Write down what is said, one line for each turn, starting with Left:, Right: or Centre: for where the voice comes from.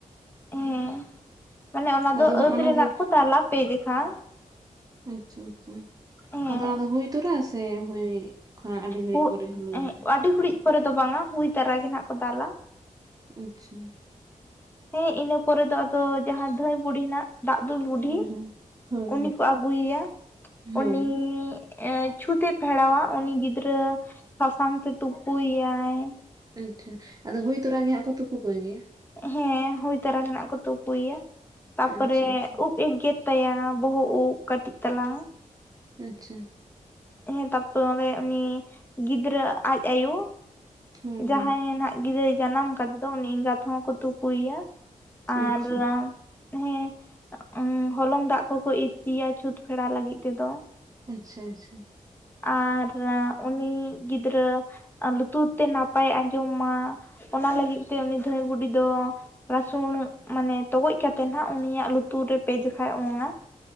Left: ᱦᱮᱸ ᱢᱟᱱᱮ ᱚᱱᱟ
Right: ᱟᱫᱚ
Left: ᱫᱚ
Right: ᱦᱟᱸᱜ
Left: ᱟᱹᱫ
Right: ᱚᱱᱟ
Left: ᱨᱮᱱᱟᱜ
Right: ᱫᱚ
Left: ᱠᱚ ᱫᱟᱞᱟᱹ ᱯᱮ ᱡᱮᱠᱷᱟ
Right: ᱟᱪᱪᱷᱟ ᱟᱪᱪᱷᱟ
Left: ᱦᱮᱸ
Right: ᱟᱫᱚ ᱚᱱᱟᱫᱚ ᱦᱩᱭ ᱛᱚᱨᱟ ᱥᱮ ᱦᱩᱭ ᱠᱷᱚᱱᱟᱜ ᱟᱹᱰᱤ ᱜᱷᱟᱹᱲᱤᱡ
Left: ᱦᱩᱜ
Right: ᱯᱚᱨᱮ ᱦᱚᱸᱞᱳ ᱜᱟᱱᱚᱜᱼᱟ᱾
Left: ᱟᱹᱰᱤ ᱜᱩᱲᱤᱡ ᱯᱚᱨᱮ ᱫᱚ ᱵᱟᱝᱟ ᱦᱩᱭ ᱛᱟᱨᱟ ᱜᱮ ᱱᱟᱜ ᱠᱚ ᱫᱟᱞᱟ
Right: ᱟᱪᱪᱷᱟ
Left: ᱦᱮᱸ ᱤᱱᱟᱹ ᱯᱚᱨᱮ ᱫᱚ ᱟᱫᱚ ᱡᱟᱦᱟᱸ ᱫᱷᱟᱹᱭ ᱵᱩᱲᱦᱤᱱᱟᱜ ᱫᱟᱜ ᱫᱩᱞ ᱵᱩᱰᱷᱤ
Right: ᱦᱳᱭ ᱦᱳᱭ ᱦᱳᱭ
Left: ᱩᱱᱤ
Right: ᱦᱳᱭ
Left: ᱠᱚ ᱟᱹᱜᱩᱭᱮᱭᱟ
Right: ᱦᱳᱭ
Left: ᱩᱱᱤ ᱮ ᱪᱷᱩᱸᱛ ᱮ ᱯᱷᱮᱲᱟᱣᱟ ᱩᱱᱤ ᱜᱤᱫᱽᱨᱟᱹ ᱥᱟᱥᱟᱝ ᱛᱮ ᱛᱩᱯᱩᱭ ᱭᱟᱭ
Right: ᱟᱹᱭᱴᱷᱟᱹ ᱟᱫᱚ ᱦᱩᱭ ᱛᱚᱨᱟ ᱜᱮ ᱦᱟᱸᱜ ᱟᱠᱳ ᱛᱩᱠᱩ ᱠᱚ ᱜᱮᱭᱟ᱾
Left: ᱦᱮᱸ ᱦᱩᱭ ᱛᱟᱨᱟ ᱦᱮᱱᱟᱜ ᱠᱚ ᱛᱩᱯᱩᱭᱮᱭᱟ ᱛᱟᱯᱚᱨᱮ
Right: ᱟᱪᱪᱷᱟ ᱟᱪᱪᱷᱟ
Left: ᱜᱮᱛᱟᱭᱟ ᱵᱚᱦᱚᱜ ᱩᱵ ᱠᱟᱹᱴᱤᱡ ᱛᱟᱞᱟ
Right: ᱟᱪᱷᱟ
Left: ᱦᱮᱸ ᱛᱟᱯᱚᱨᱮ ᱩᱱᱤ ᱜᱤᱫᱽᱨᱟᱹ ᱟᱡ ᱟᱭᱳ
Right: ᱦᱩᱸ
Left: ᱡᱟᱦᱟᱸᱭ
Right: ᱦᱩᱸ
Left: ᱱᱟᱜ ᱜᱤᱫᱽᱨᱟᱹᱭ ᱡᱟᱱᱟᱢ ᱠᱟᱛᱮᱫ ᱫᱚ ᱩᱱᱤ ᱮᱸᱜᱟᱛ ᱦᱚᱸ ᱠᱚ ᱛᱩᱯᱩᱭᱮᱭᱟ
Right: ᱟᱪᱪᱷᱟ
Left: ᱟᱨ ᱦᱮᱸ ᱚᱦᱚᱝ ᱦᱚᱞᱚᱝ ᱫᱟᱜ ᱠᱚᱠᱚ ᱤᱨᱪᱤᱭᱟᱭ ᱪᱷᱩᱛ ᱯᱷᱮᱲᱟ ᱞᱟᱹᱜᱤᱫ ᱛᱮᱫᱚ
Right: ᱟᱪᱷᱟ ᱟᱪᱷᱟ
Left: ᱟᱨ ᱩᱱᱤ ᱜᱤᱫᱽᱨᱟᱹ ᱞᱩᱛᱩᱨ ᱛᱮ ᱱᱟᱯᱟᱭ ᱟᱸᱡᱚᱢ ᱢᱟ ᱚᱱᱟ ᱞᱟᱹᱜᱤᱫ ᱛᱮ ᱩᱱᱤ ᱫᱷᱟᱹᱭ ᱵᱩᱰᱷᱤ ᱫᱚ ᱨᱟᱹᱥᱩᱱ ᱢᱟᱱᱮ ᱛᱚᱜᱚᱡ ᱠᱟᱛᱮᱫ ᱱᱷᱟᱜ ᱩᱱᱤᱭᱟᱜ ᱞᱩᱛᱩᱨ ᱨᱮ ᱯᱮ ᱡᱮᱠᱷᱟᱭ ᱚᱝᱟ᱾